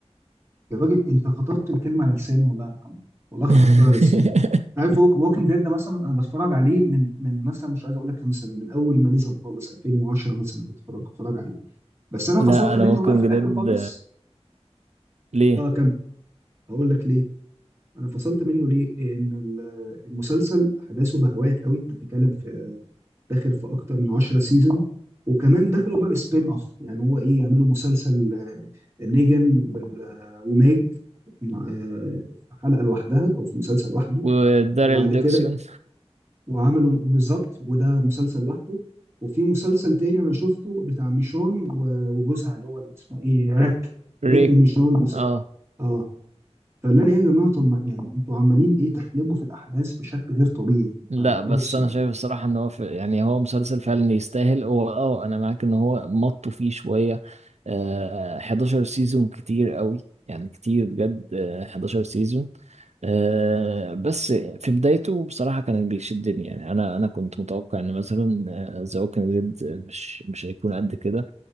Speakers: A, on the right; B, on the right.
A: يا راجل انت خطفت الكلمه على لساني والله يا محمد والله خطفتها
B: <laughs>
A: على لساني عارف ووكينج ديد ده مثلا انا بتفرج عليه من من مثلا مش عايز اقول لك كام سنه من اول ما نزل خالص 2010 مثلا كنت بتفرج بتفرج عليه بس انا
B: لا
A: فصلت
B: انا
A: منه
B: ووكينج
A: بقى في الاخر
B: ديد
A: خالص
B: ليه
A: اه كم هقول لك ليه انا فصلت منه ليه لان ال- المسلسل احداثه بهوات قوي انت بتتكلم في داخل في اكتر من 10 سيزون وكمان دخلوا بقى سبين اوف يعني هو ايه يعملوا مسلسل نيجن وال- وماج مع- في حلقه لوحدها او في مسلسل لوحده
B: وداريل
A: وبعد
B: ديكسيون
A: كده وعملوا بالظبط وده مسلسل لوحده وفي مسلسل تاني انا شفته بتاع ميشون و- وجوزها اللي هو اسمه ايه ريك
B: ريك
A: ريك وميشون وس-
B: اه
A: اه فقال لنا ايه يا جماعه طب ما- يعني انتوا عمالين ايه تحلبوا في الاحداث بشكل غير طبيعي
B: لا
A: فخلاص
B: بس انا
A: يعني
B: شايف الصراحه ان هو في يعني هو مسلسل فعلا يستاهل هو اه انا معاك ان هو مطوا فيه شويه آه 11 سيزون كتير قوي يعني كتير بجد آه 11 سيزون آه بس في بدايته بصراحه كان بيشدني يعني انا انا كنت متوقع ان مثلا ذا ووكينج ديد مش مش هيكون قد كده